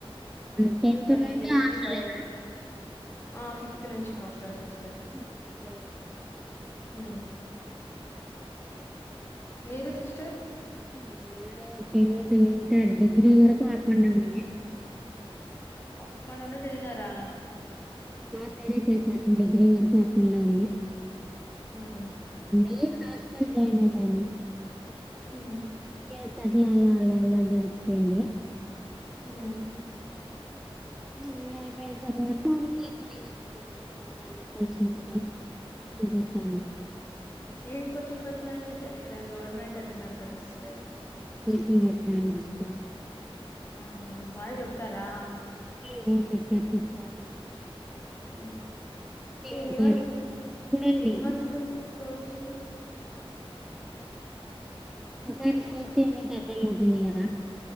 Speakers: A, in the centre; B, on the left.
A: టెన్త్ నుండి
B: బిఎస్సి
A: హాస్టలేన
B: బయో ఆ ఫిఫ్త్ నుంచి హాస్టల్ సిస్
A: ఓకే
B: ఉ మీరు సిస్టర్
A: నెను టెన్త్ ఇంటర్ డిగ్రీ వరకు అప్ అండ్ డౌన్ ఏ
B: అప్పన్న ఉన్న చదిినారా
A: అేనే చేశాను డిగ్రీ వరకు అప్ అండ్ డౌన్
B: హహ
A: బి హాస్టల్ జాయిన్ అయ్యాను
B: హ
A: స్ అట్లా అలా అలా అలా గడిచిపోయింది
B: ఆ
A: తర్వాత రసె కని కొచీంగ్ చెత్తానా
B: ఇంకొచ్చం ఇంకొచ్చిన వచ్చసారు ఇక్కడ గవర్నమెంట్ అంటున్నారు కదాే సిస్టర్
A: <unintelligible> సిస్టర్
B: ఆహ బాగా చెప్తారా
A: లోో సప్తా ప తీస్ట
B: హ ఎన్ని
A: ఒకసారి
B: మంది ఉం
A: చూడండి
B: ఎన్ని మంత్స్ ఉంటుంది పోవచ్చింగ
A: ఒకసారి చేస్తే మీకు అర్థంమవుతుంది కదా